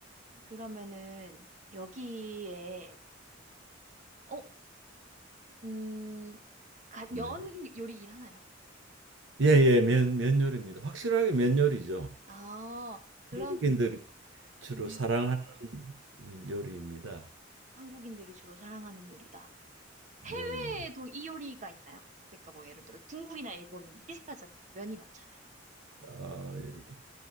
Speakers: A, on the right; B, on the right.
A: 그러면은 여기에, 어, 음, 가- 면
B: 네.
A: 요리긴 하나요?
B: 예, 예. 면 면요리입니다. 확실하게 면요리죠.
A: 아, 그럼,
B: 한국인들이 주로
A: 음,
B: 사랑하는 음, 요리입니다.
A: 한국인들이 주로 사랑하는 요리다.
B: 네,
A: 해외에도
B: 네.
A: 이 요리가 있나요? 그러니까 뭐 예를 들어 중국이나 일본 비슷하잖아요. 면이 많잖아요.
B: 아 예, 예.